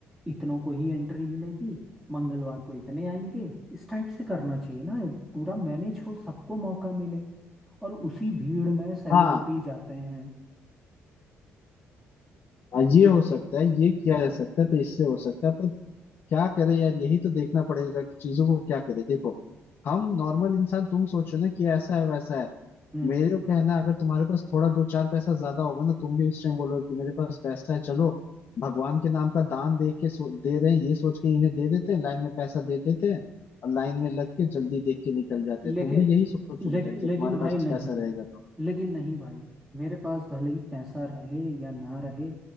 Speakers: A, in the centre; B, on the left.
A: इतनों को ही एंट्री मिलेगी मंगलवार को इतने आएंगे इस टाइप से करना चाहिए ना पूरा मैनेज हो सबको मौका मिले और उसी भीड़ में सेलिब्रिटी
B: हाँ
A: जाते हैं
B: हाँ, ये
A: वी
B: हो सकता है ये किया जा सकता है तो इससे हो सकता है पर क्या करे यार यही तो देखना पड़ेगा कि चीजों को क्या करे देखो हम नॉर्मल इंसान तुम सोचो ना कि ऐसा है वैसा है
A: हम्म
B: मेरे को कहना है, अगर तुम्हारे पास थोड़ा दो चार पैसा ज्यादा होगा ना तुम भी उस टाइम बोलोगे कि मेरे पास पैसा है चलो भगवान के नाम का दान दे के सो, दे रहे हैं ये सोच के इन्हें दे देते हैं लाइन में पैसा दे देते हैं और लाइन में लग के जल्दी देख के निकल जाते
A: लेकिन
B: हैं तुम भी यही सोचोगे
A: लेकिन
B: भाई जब
A: लेकिन
B: तुम्हारे
A: भाई
B: पास
A: नहीं
B: पैसा रहेगा तो
A: लेकिन नहीं भाई मेरे पास भले ही पैसा रहे या ना रहे